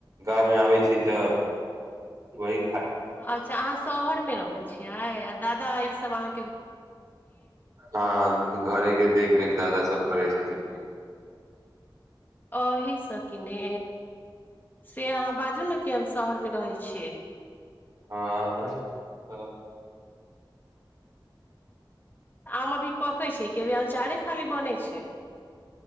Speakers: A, on the right; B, on the left.
A: गाँवमे आबै छी तऽ वहि
B: अच्छा अहाँ शहरमे रहैत छियै आ दादा ई सभ आँ
A: हाँ घरे के देखरेख दादा सब करैय छथिन की
B: एहीसँ कि ने से अहाँ बाजू ने कि हम शहरमे रहै छियै
A: हाँ हेलो
B: आम अभी पकै छै कि अभी अचारे खाली बनै छै